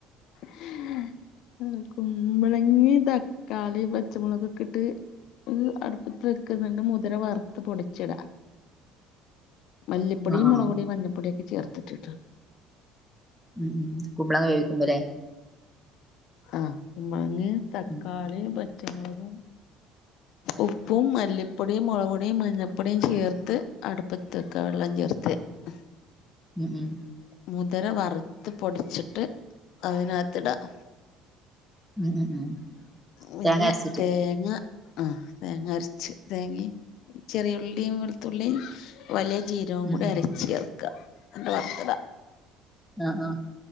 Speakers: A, on the left; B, in the centre.
A: ഉം <unintelligible> കുമ്പളങ്ങി തക്കാളി പച്ചമുളകൊക്കെ ഇട്ട് അടുപ്പത്ത് വെക്കുന്നുണ്ട് മുതിര വറുത്ത പൊടിച്ചിട മല്ലിപ്പൊടിയും,
B: ആ ആ
A: മുളക് പൊടിയും, മഞ്ഞപ്പൊടിയ, ഒക്കെ ചേർത്തിട്ടിട്ടാ
B: ഉം ഉം കുമ്പള കേവിക്കുമ്പോല്ലേ
A: ആഹ്! മുളക്, തക്കാളി,
B: ഉം
A: പച്ചമുളകും, ഉപ്പും, മല്ലിപ്പൊടിയും, മുളപൊടിയും, മഞ്ഞൾപ്പൊടിയും, ചേർത്ത് അടുപ്പത്തക്കെ വെള്ളം ചേർത്ത്- ആഹ!
B: ഉം ഉം
A: മുതിര വറുത്ത് പൊടിച്ചിട്ട് അതിനകത്തിടാം
B: ഉം ഉം ഉം
A: പിന്നെ
B: തേങ്ങ അരച്ചിട്ട്
A: തേങ്ങ- ആഹ! തേങ്ങ അരച്ച് തേങ്ങ ചെറിയുള്ളിയും, വെളുത്തുള്ളി വലിയ- ജീരവും
B: ഉം
A: കൂടി
B: ഉം
A: അരച്ച ചേർക്കുക അറെ വർത്തട
B: ആഹ! ആഹ!